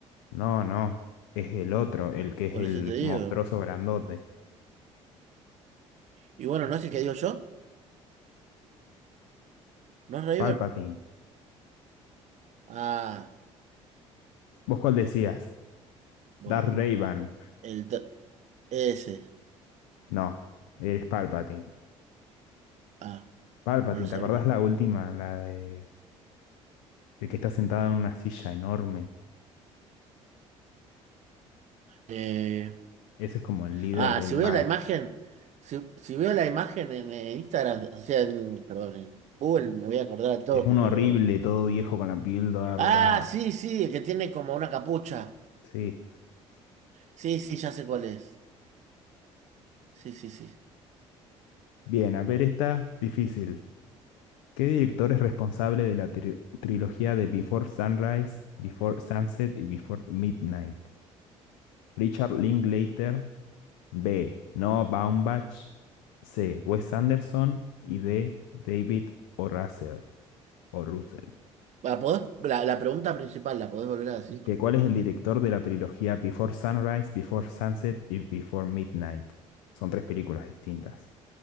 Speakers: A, on the left; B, on the right.
A: No, no. Es el otro, el que es
B: por
A: el
B: eso te digo.
A: monstruoso grandote.
B: Y bueno, ¿no es el que digo yo? ¿No es Raven?
A: Palpatine.
B: Ah,
A: ¿Vos cuál decías?
B: bueno,
A: Darth Raven.
B: el, dr- ese,
A: No, eres Palpatine.
B: ah,
A: Palpatine,
B: no lo sabía.
A: ¿te acordás la última? La de el que está sentado en una silla enorme.
B: Eh,
A: Ese es como el líder
B: Ah,
A: del
B: si veo
A: mal.
B: la imagen, si, si veo la imagen en eh, Instagram, o sea, en, perdón, en Google, me voy a acordar al toque,
A: Es un
B: pero...
A: horrible, todo viejo con la piel toda arrugada.
B: Ah, sí, sí, el que tiene como una capucha.
A: Sí.
B: Sí, sí, ya sé cuál es. Sí, sí, sí.
A: Bien, a ver, está difícil. ¿Qué director es responsable de la tri- trilogía de Before Sunrise, Before Sunset y Before Midnight? Richard Linklater. B. Noah Baumbach. C. Wes Anderson. Y D. David O. Russell. o Russell,
B: La ¿podés- La, la pregunta principal, ¿la podés volver a decir?
A: que cuál es el director de la trilogía Before Sunrise, Before Sunset y Before Midnight. Son tres películas distintas.